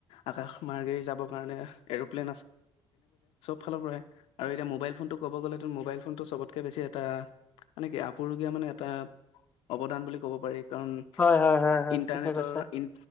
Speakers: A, on the left; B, on the left.
A: আকাশ মাৰ্গে‌ কাৰ এপ্লে ফালৰ পৰা আৰু এতিয়া মোবাইল ফোনটো কব গলে ম টো চবতকে বেছি এটা মানে কিপুৰুগীয়া মানে এটা অৱদান বুলি কব পাৰি। কাৰণ,
B: হয় হয় হয় হয়
A: ইণ্টাৰনেটৰ
B: ঠিকে কৈছা।
A: ই